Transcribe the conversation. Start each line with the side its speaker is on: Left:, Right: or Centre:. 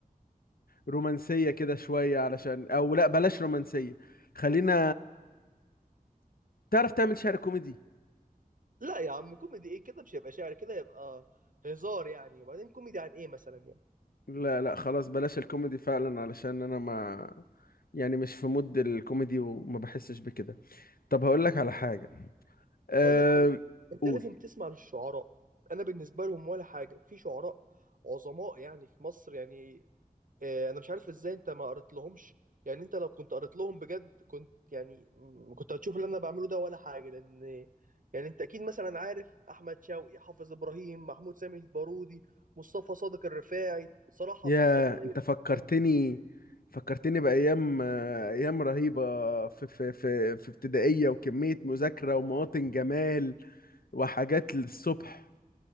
Left: رومانسية كده شوية علشان او لا بلاش رومانسية خلينا تعرف تعمل شعر كوميدي
Right: لا يا عم كوميدي ايه كده مش هيبقى شعر كده يبقى هزار يعني وبعدين كوميدي عن ايه مثلا يعني
Left: لا لا خلاص بلاش الكوميدي فعلا علشان انا ما يعني مش في مود الكوميدي وما بحسش بكده طب هقول لك على حاجة أه...
Right: اقول لك حاجه انت
Left: قول
Right: لازم تسمع للشعراء انا بالنسبه لهم ولا حاجه في شعراء عظماء يعني في مصر يعني آه، انا مش عارف ازاي انت ما قريت لهمش يعني انت لو كنت قريت لهم بجد كنت يعني م- كنت هتشوف اللي انا بعمله ده ولا حاجه لان يعني انت اكيد مثلا عارف احمد شوقي حافظ ابراهيم محمود سامي البارودي مصطفى صادق الرفاعي صلاح
Left: يا
Right: عبد الصبور
Left: انت فكرتني
Right: كل-
Left: فكرتني بأيام آه، أيام رهيبة في في في في ابتدائية وكمية مذاكرة ومواطن جمال وحاجات للصبح